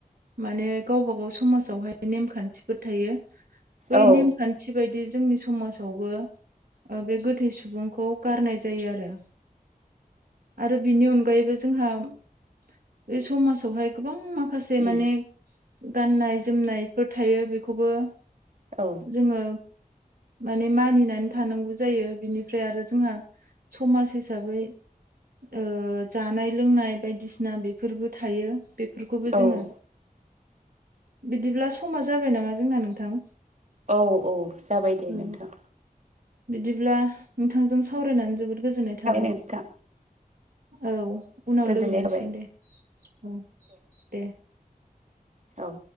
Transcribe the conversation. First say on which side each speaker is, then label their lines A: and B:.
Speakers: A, on the right; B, on the right.
A: माने गावबा गाव समाजावहाय नेमखान्थिफोर थायो। बै
B: औ
A: नेमखान्थि बायदि जोंनि समाज आवबो बे गोथै सुबुंखौ गारनाय जायो आरो। आरो बिनि अनगायैबो जोंहा बे समाजावहाय गोबां माखा से
B: उम
A: माने गाननाय जोमनायफोर थायो बेखौबो
B: औ
A: जोङो माने मानिनानै थानांगौ जायो बिनिफ्राय आरो जोंहा समाज हिसाबै ओ जानाय लोंनाय बायदिसिना बेफोरबो थायो बे फोरखौबो
B: औ
A: जोङो बिदिब्ला समा जाबाय नामा जोंना नोंथां।
B: औ औ जाबाय दे
A: औ
B: नोंथां।
A: बिदिब्ला नोंथांजों सावरायनानै जोबोद गोजोननाय थाबाय
B: जाबाय नोंथां
A: औ उनाव
B: गोजोननाय
A: लोगो मोनसिगोन
B: थाबाय
A: दे औ दे
B: औ